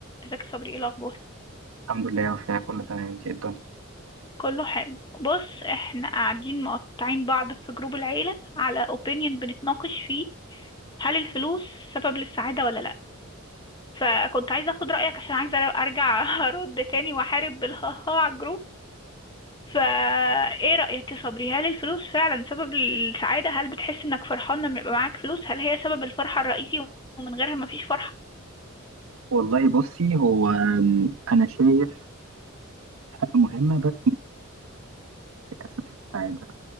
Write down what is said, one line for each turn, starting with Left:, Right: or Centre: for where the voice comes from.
Left: ازيك يا صبري ايه الاخبار
Right: الحمد لله وفيها كله تمام انت ايه الدنيا
Left: كله حلو بص احنا قاعدين مقطعين بعض في جروب العيله على اوبينيون بنتناقش فيه هل الفلوس سبب للسعاده ولا لا فكنت عايزه اخد رايك عشان عايزه ارجع <laughs> ارد تاني واحارب بالهاها على الجروب فا ايه رايك يا صبري هل الفلوس فعلا سبب للسعاده هل بتحس انك فرحان لما يبقى معاك فلوس هل هي سبب الفرحه الرئيسي ومن غيرها مفيش فرحه
Right: والله بصي هو أم، انا شايف حاجه مهمه بس اساس السعاده